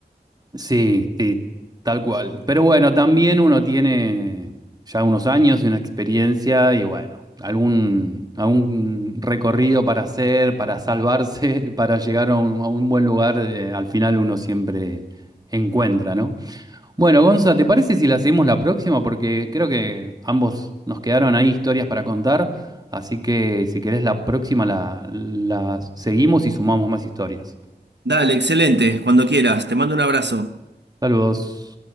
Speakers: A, on the right; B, on the right.
A: Sí, sí, tal cual. Pero bueno, también uno tiene ya unos años y una experiencia y bueno, algún, algún recorrido para hacer, para salvarse, <laughs> para llegar a un, a un buen lugar, eh, al final uno siempre encuentra, ¿no? Bueno, Gonza, ¿te parece si la seguimos la próxima? Porque creo que ambos nos quedaron ahí historias para contar, así que si querés la próxima la, la seguimos y sumamos más historias.
B: Dale, excelente, cuando quieras, te mando un abrazo.
A: Saludos.